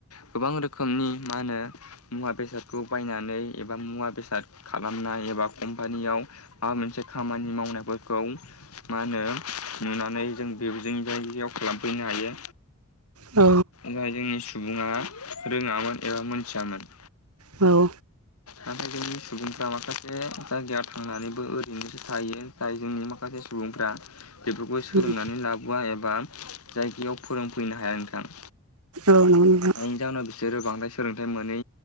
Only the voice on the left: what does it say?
गोबां रोखोमनि मा होनो? मुवा बेसादखौ बायनानै एबा मुवा बेसाद खालामनाय एबा कम्पानियाव माबा मोनसे खामानि मावनायफोरखौ मा होनो नुनानै जों बे जों जायायाव खालामफैनो हायो।
जाय जोंनि सुबुङा रोङामोन एबा मोनथियामोन।
नाथाय जोंनि सुबुंफ्रा माखासे जायगायाव थांनानैबो ओरैनोसो थायो। जाय जोंनि माखासे सुबुंफ्रा बेफोरखौ सोलोंनानै
लाबोआ एबा जायगायाव फोरोंफैनो हाया नोंथां।
जायनि जाउनाव बिसोरो बांद्राय सोलोंथाइ मोनै